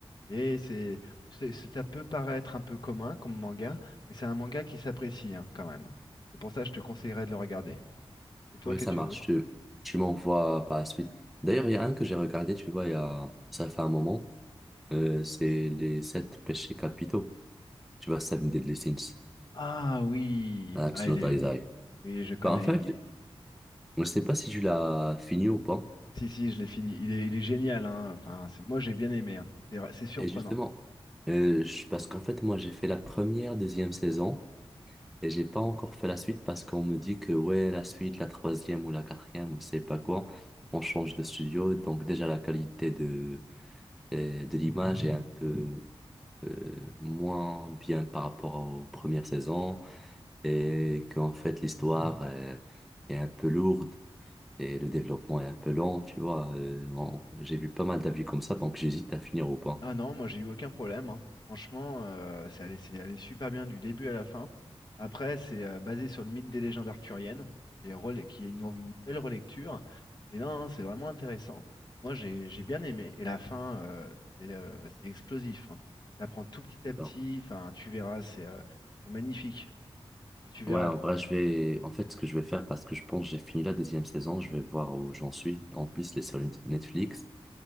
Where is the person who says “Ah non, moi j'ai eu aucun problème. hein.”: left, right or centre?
Left